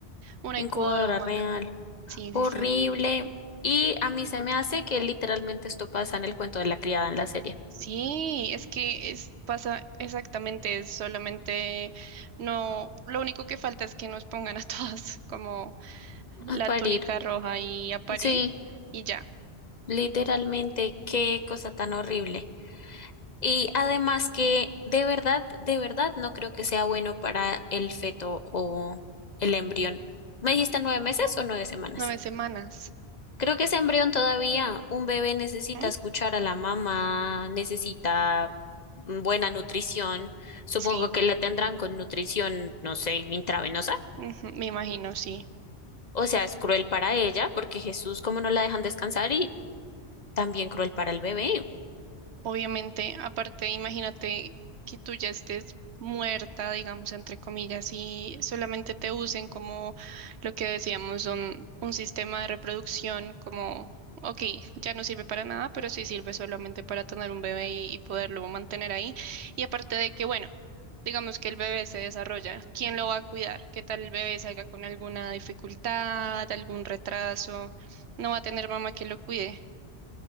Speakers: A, on the right; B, on the left.
A: Una
B: incubadora
A: incubadora humana.
B: real,
A: Sí,
B: horrible.
A: sí, sí.
B: Y a mí se me hace que literalmente esto pasa en el cuento de la criada en la serie.
A: Sí, es que es, pasa exactamente, es solamente no, lo único que falta es que nos pongan a todas <laughs> como
B: <laughs>
A: la
B: A parir.
A: túnica roja y a parir
B: Sí,
A: y ya,
B: literalmente, qué cosa tan horrible. Y además que de verdad, de verdad, no creo que sea bueno para el feto o el embrión. ¿Me dijiste nueve meses o nueve semanas?
A: nueve semanas.
B: Creo que ese embrión todavía, un bebé necesita
A: ¿Mm?
B: escuchar a la mamá, necesita mm, buena nutrición. Supongo
A: Sí,
B: que la tendrán con nutrición, no sé, intravenosa.
A: ujú, me imagino, sí.
B: O sea, es cruel para ella, porque Jesús, como no la dejan descansar, y también cruel para el bebé.
A: Obviamente, aparte, imagínate que tú ya estés muerta, digamos, entre comillas, y solamente te usen como lo que decíamos, un, un sistema de reproducción, como, ok, ya no sirve para nada, pero sí sirve solamente para tener un bebé y, y poderlo mantener ahí. Y aparte de que, bueno, digamos que el bebé se desarrolla, ¿quién lo va a cuidar? ¿Qué tal el bebé salga con alguna dificultad, algún retraso? No va a tener mamá que lo cuide.